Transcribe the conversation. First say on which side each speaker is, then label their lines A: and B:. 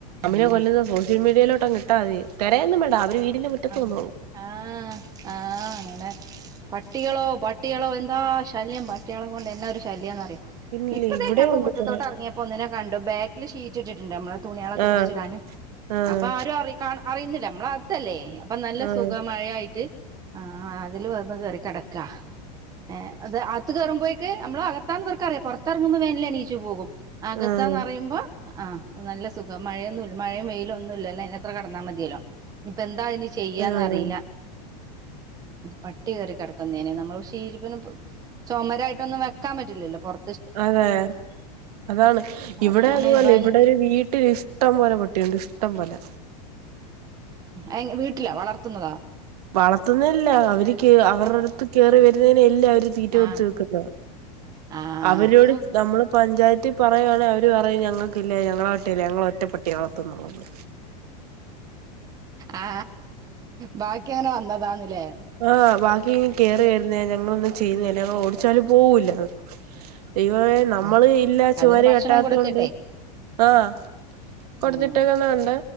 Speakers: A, on the right; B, on the right.
A: അമിനെ
B: ആഹ്
A: കൊല്ലുന്ന സോഷ്യൽ മീഡിയയിലോട്ടങ്ങു ഇട്ടാൽ മതി തിരയോന്നും മേണ്ട അവര് വീടിന്റെ മുറ്റത്ത്
B: ആഹ്
A: വന്നോളൂ
B: ആഹ് ആഹ് അങ്ങനെ പട്ടികളോ പട്ടികളോ എന്താ ശല്യം പട്ടികളെ കൊണ്ട് എന്ന ഒരു ശല്യം എന്നറിയാം
A: പിന്നില്ലേ
B: ഇപ്പതേ
A: ഇവിടെ
B: ഞാപ്പ
A: ഉണ്ട്
B: മുറ്റത്തോട്ട്
A: കൊറേ
B: ഇറങ്ങിയപ്പോ ഒന്നിനെ കണ്ടു ബാക്കില് ഷീറ്റ് ഇട്ടിട്ടുണ്ട് നമ്മ തുണികളൊക്കെ
A: ആഹ്
B: വിരിച്ചിടാനും
A: ആഹ്
B: അപ്പൊ ആരും അറി കാ അറിയുന്നില്ല നമ്മള അകത്തല്ലേ അപ്പൊ നല്ല
A: ആഹ്
B: സുഖ മഴായിട്ട് ആ അതില് വന്ന് കേറി കിടക്കാ ഏ അത് ആത്ത് കേറുമ്പോക്ക് നമ്മള അകത്താ ന്ന് വർക്കറിയാം പുറങ്ങുമ്പോ വേന എണീച്ചു പോകും അകത്താന്ന്റിയുമ്പോ
A: ആഹ്
B: ആഹ് നല്ല സുഖം മഴയൊന്നുമ ഇല്ല മഴയും വെയിലും ഒന്നുമ ഇല്ല അതിനന്ത്ര കടന്നാൽ മതിയല്ലോ ഇപ്പ എന്താ അ ചെയ്യാന്നറിയില്ല
A: ആഹ് ആഹ്
B: പട്ടി കയറി കിടക്കുന്നേ നമ്മള് ശീ <unintelligible> ന് ചുമരായിട്ടൊന്നും വെക്കാൻ പറ്റില്ലല്ലോ പുറ
A: അതെ അതാണ് ഇവിടെ
B: അതാണ്
A: അതുപലെ
B: ഭയ
A: ഇവിടെ ഒരു വീട്ടലിഷ് ഇഷ്ടം പോലെ പട്ടിയുണ്ട് ഇഷ്ടം പോലെ
B: ആഹ് വീട്ടിലാ വളർത്തുന്നതോ
A: വളർത്തുന്നല്ല അവര് കേ അവരുടെ
B: ഏഹ്
A: അടുത്ത് കേയറി വരുന്നതിനെ അല്ല അവര് തീറ്റ കൊടുത്ത്
B: ആഹ്
A: നിക്കുന്നത്
B: ആഹ്
A: അവരോട് നമ്മള് പഞ്ചായത്തിൽ പറയുയാണെങ്ക അവര് പറയും ഞങ്ങൾക്കല്ലേ ഞങ്ങളെ പട്ടിയല്ല ഞങ്ങള ഒറ്റ പട്ടികളത്തന്നള്ളന്ന്
B: ആ ബാക്കി അങ്ങനെ വന്നതാന്നല്ലേ
A: ആഹ് ബാക്കി ഇങ് കയറി വരുന്നേ ഞങ്ങളൊന്നും ചെയ്യുന്നില്ല ഞങ്ങൾ ഓടിച്ചാലും പോകൂല്ലത് ഇവേ
B: ഉം
A: നമ്മള് ഇല്ല ചുവര്
B: അതന് ഭക്ഷണം
A: കെട്ടാത്തൊണ്ട്
B: കൊടുത്തിട്ടെ
A: ആഹ കൊടുത്തിട്ടക്കെന്നാ
B: ഉം
A: ഉണ്ട്